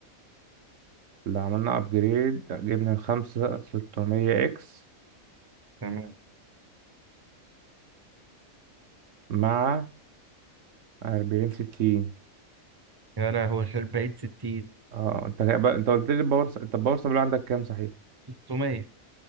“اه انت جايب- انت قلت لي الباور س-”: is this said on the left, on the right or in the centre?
Right